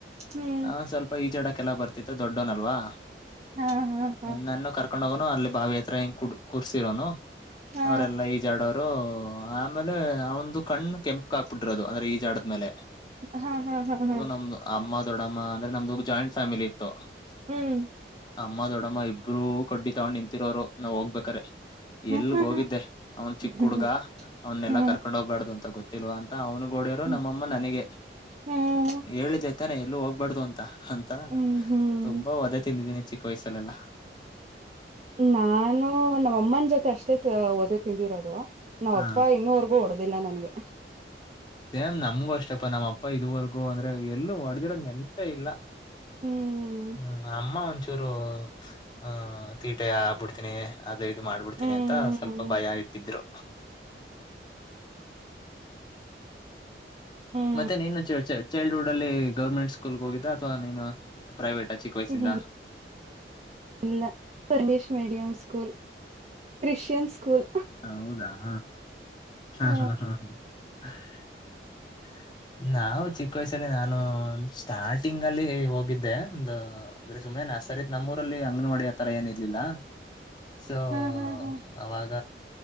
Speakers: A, on the right; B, on the left.
A: ಹ್ಮ್
B: ಅವಂದ ಸ್ವಲ್ಪ ಈಜಾಡ ಕೆಲ್ಲ ಬರ್ತಿತ್ತು ದೊಡ್ಡೋನಲ್ವಾ
A: ಹಾ ಹಾ ಹಾ
B: ನನ್ ಕರ್ಕೊಂಡ್ ಕಕೊಂಡ್ ಹೋಗನು ಅಲ್ಲಿ ಬಾವಿ ಹತ್ರ ಹೆಂಗ ಕುರ್ಸಿರೋನು
A: ಹಾ
B: ಅವರೆಲ್ಲ ಈ ಜಾಡ ಆಮೇಲೆ ಆ ಒಂದು ಕಣ್ಣು ಕೆಂಪಕ್ ಹಾಕ್ಬಿಟ್ಟಿರೋದು ಅಂದ್ರೆ ಈಜಾಡದ್ಮೇಲೆ
A: ಹಾ ಹಾ ಹಾ ಹಾ
B: ನಮ್ದ ಅಮ್ಮ ದೊಡ್ಡಮ್ಮ ಅಂದ್ರೆ ನಮ್ದ ಜಾಯಿಂಟ್ ಫ್ಯಾಮಿಲಿ ಇತ್ತು
A: ಹ್ಮ್
B: ಅಮ್ಮ ದೊಡ್ಡಮ್ಮ ಇಬ್ರು ಕಡ್ಡಿ ತೊಗೊಂಡ್ ನಿಂತಿರೋರು ನಾವ್ ಹೋಗ್ಬೇಕಾರೆ
A: ಹಾ
B: ಎಲ್ಗ
A: ಹಾ
B: ಹೋಗಿದ್ದೆ ಅವ್ನ್ ಚಿಕ್ಕ
A: ಹಾ
B: ಹುಡ್ಗ ಅವ್ನ್ನೆಲ್ಲಾ
A: ಹಾ
B: ಕರ್ಕೊಂಡ್ ಹೋಗ್ಬಾರ್ದು ಅಂತ ಗೊತ್ತಿಲ್ವಾ ಅಂತ ಅವ್ನು ಗೋಡರು
A: ಹ್ಮ್
B: ನಮ್ಮಮ್ಮ ನನಗೆ
A: ಹ್ಮ್
B: ಹೇಳಿದೆೈತಾನೆ ಎಲ್ಲೂ ಹೋಗ್ಬಾರ್ದ ಅಂತ ಅಂತ
A: ಹ್ಮ್ ಹ್ಮ್
B: ತುಂಬಾ ಒದೆೆ ತಿಂದಿದ್ದೀನಿ ಚಿಕ್ಕ ವಯಸ್ಸಲ್ಲೆಲ್ಲ
A: ನಾನು ನಮ್ಮ ಅಮ್ಮನ ಜೊತೆ ಅಷ್ಟೇ ಓದ ತಿಂದಿರೋದು ನಾವ
B: ಹಾ
A: ಅಪ್ಪ ಇನ್ನೂವರ್ಗೂ ಹೊಡದಿಲ್ಲ ನನ್ಗೆ
B: ಸೇಮ್ ನಮ್ಗು ಅಷ್ಟಪ್ಪಾ ನಮ್ಮ ಅಪ್ಪ ಇದುವರೆಗೂ ಅಂದ್ರೆ ಎಲ್ಲೂ ಹೊಡೆದಿರೋದ್ ನೆನ್ಪೇ ಇಲ್ಲ
A: ಹ್ಮ್
B: ಹ್ಮ್ ಅಮ್ಮ ಒಂಚ ರು ಆಹ ತೀಟೆಬ ಬಿಡ್ತೀನಿ ಅದ ಇದು ಮಾಡ್ಬಿಡ್ತೀನಿ
A: ಹ್ಮ್
B: ಅಂತ ಸ್ವಲ್ಪ ಭಯ ಇಟ್ಟಿದ್ರು
A: ಹ್ಮ್
B: ಮತ್ತೆ ನೀನು ಚ ಚೈಲ್ಡ್ಹುಡ್ ಅಲ್ಲಿ ಗೌರ್ಮೆಂಟ್ ಸ್ಕೂಲ್ಗೆ ಹೋಗಿದ್ದ ಅಥವಾ ನೀನು ಪ್ರೈವೇಟ್ ಚಿಕ್ಕ ವಯಸ್ಸಿಂದ
A: ಇಲ್ಲ ಇಲ್ಲ ಇಂಗ್ಲೀಷ್ ಮೀಡಿಯಂ ಸ್ಕೂಲ್ ರಿಶಿಯನ್ ಸ್ಕೂಲ್
B: ಹೌದಾ ಹಾ ಹಾ
A: ಹ
B: ಹಾ ಹಾ <inaudible> ನಾವು ಚಿಕ್ಕ ವಯಸಲ್ಲಿ ನಾನು ಸ್ಟಾರ್ಟಿಂಗ್ ಅಲ್ಲಿ ಹೋಗಿದ್ದೆ ಒಂದು ಅಂದ್ರೆ ಸುಮ್ಮನೆ ಸರೀದ್ ನಮ್ಮರಲ್ಲಿ ಅಂಗನವಾಡಿ ಆತರ ಏನ ಇರ್ಲಿಲ್ಲ ಸೊ
A: ಹಾ ಹಾ ಹಾ
B: ಅವಾಗ